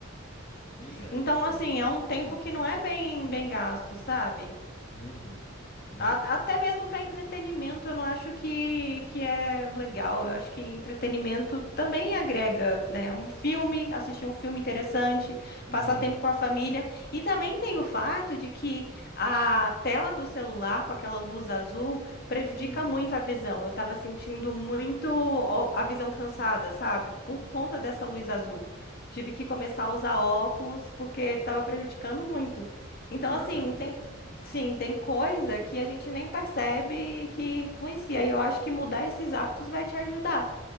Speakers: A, on the left; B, on the left.
A: Mas é,
B: Então,
A: então,
B: assim, é um tempo
A: hum,
B: que não é bem, bem gasto, sabe?
A: nem um pouco, nem
B: A-
A: um pouco.
B: Até mesmo para entretenimento, eu não acho que, que é legal. Eu acho que entretenimento também agrega, né? Um filme, assistir um filme interessante,
A: Uhum,
B: passar tempo com a família. E também tem o fato de que a tela do celular, com aquela luz azul, prejudica
A: uhum.
B: muito a visão. Eu estava sentindo muito ó, a visão cansada, sabe? Por conta dessa luz azul. Tive que começar a usar óculos porque estava prejudicando muito. Então,
A: Caraca.
B: assim, tem Sim, tem coisa que a gente nem percebe que influencia. E eu acho que mudar esses hábitos vai te ajudar